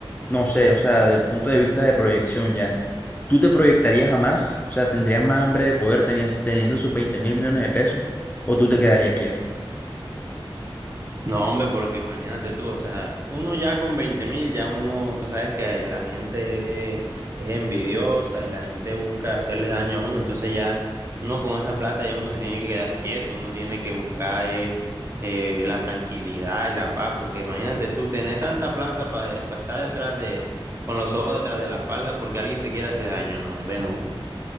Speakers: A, on the left; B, on the right.
A: no sé, o sea, del punto de vista de proyección ya. ¿Tú te proyectarías a más? O sea, ¿tendrías más hambre de poder tenías, teniendo esos 20 mil millones de pesos? ¿O tú te quedarías quieto?
B: No, hombre, porque imagínate tú, o sea, uno ya con 20 mil, ya uno, tú sabes que la gente es envidiosa y la gente busca hacerle daño a uno, entonces ya uno con esa plata ya uno se tiene que quedar quieto, uno tiene que buscar eh, eh, la tranquilidad y la paz, porque imagínate tú tener tanta plata para estar detrás de, con los ojos detrás de la espalda porque alguien te quiere hacer daño, no, hombre, no.